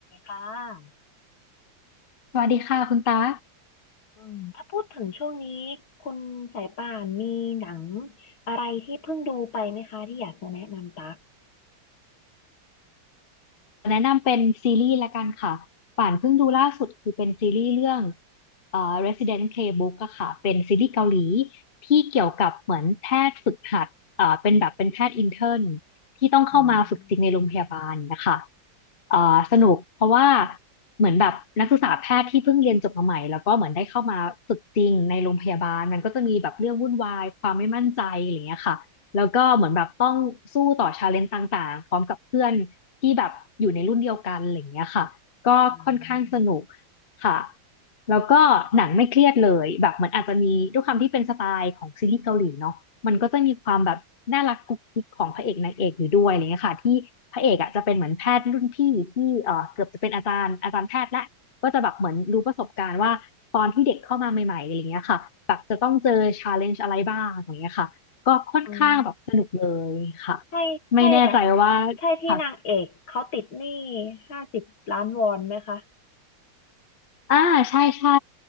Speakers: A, on the left; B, on the left.
A: ค่ะ
B: สวัสดีค่ะคุณตา
A: อืมถ้าพูดถึงช่วงนี้ คุณสายป่านมีหนังอะไรที่เพิ่งดูไปไหมคะที่อยากจะแนะนำตัก
B: แนะนำเป็นซีรีส์ละกันค่ะป่านเพิ่งดูล่าสุดคือเป็นซีรีส์เรื่องเอ่อ Resident Playbook อะค่ะเป็นซีรีส์เกาหลีที่เกี่ยวกับเหมือนแพทย์ฝึกหัดเอ่อเป็นแบบเป็นแพทย์อินเทอร์นที่ต้องเข้ามาฝึกจริงในโรงพยาบาลนะคะ
A: อืม
B: เอ่อสนุกเพราะว่าเหมือนแบบนักศึกษาแพทย์ที่เพิ่งเรียนจบมาใหม่แล้วก็เหมือนได้เข้ามาฝึกจริงในโรงพยาบาลมันก็จะมีแบบเรื่องวุ่นวายความไม่มั่นใจอะไรอย่างเงี้ยค่ะ แล้วก็เหมือนแบบต้องสู้ต่อชาเลนจ์ต่างๆพร้อมกับเพื่อนที่แบบอยู่ในรุ่นเดียวกันอะไรอย่างเงี้ยค่ะก็ค่อนข้างสนุก
A: อ่า
B: ค่ะแล้วก็หนังไม่เครียดเลยแบบเหมือนอาจจะมีด้วยความที่เป็นสไตล์ของซีรีส์เกาหลีเนาะมันก็จะมีความแบบน่ารักกุ๊กกิ๊กของพระเอกนางเอกอยู่ด้วยอะไรเงี้ยค่ะที่พระเอกอ่ะจะเป็นเหมือนแพทย์รุ่นพี่ที่เอ่อเกือบจะเป็นอาจารย์อาจารย์แพทย์ละก็จะแบบเหมือนรู้ประสบการณ์ว่าตอนที่เด็กเข้ามาใหม่ๆอะไรเงี้ยค่ะแบบจะต้องเจอชาเลนจ์อะไรบ้างอะไรเงี้ยค่ะ ก็ค่อนข้างแบบสนุกเลยค่ะ
A: อืมใช่ใช่แบบ
B: ไม่แน่ใจว่า
A: ใช่ที่นางเอกเขาติดหนี้
B: ค่ะ
A: ห้าสิบล้านวอนไหมคะ
B: อ่าใช่ใช่